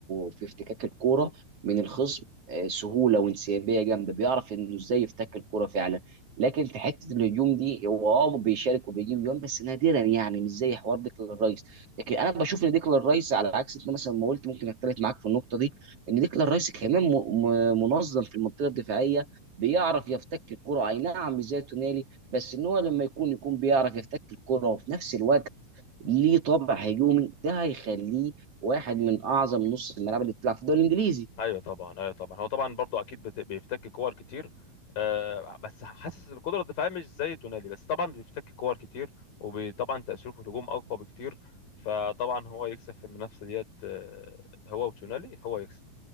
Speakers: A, on the right; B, on the left.
A: في افتكاك الكوره من الخصم آه، سهوله وانسيابيه جامده بيعرف انه ازاي يفتك الكوره فعلا لكن في حته الهجوم دي هو اه بيشارك وبيجيب جون بس نادرا يعني مش زي حوار ديكلان رايس لكن انا بشوف ان ديكلان رايس على عكس انت مثلا ما قلت ممكن اختلف معاك في النقطه دي ان ديكلان رايس كمان م- م- منظم في المنطقه الدفاعيه بيعرف يفتك الكره اي نعم مش زي تونالي بس ان هو لما يكون يكون بيعرف يفتك الكره وفي نفس الوقت ليه طابع هجومي ده هيخليه واحد من اعظم نص الملعب اللي بتلعب في الدوري الانجليزي
B: ايوه طبعا ايوه طبعا هو طبعا برضو اكيد بت- بيفتك كور كتير آه، بس حاسس القدره الدفاعيه مش زي تونالي بس طبعا بيفتك كور كتير وطبعا تاثيره في الهجوم اقوى بكتير فطبعا هو يكسب في المنافسه ديت آه، هو وتونالي هو يكسب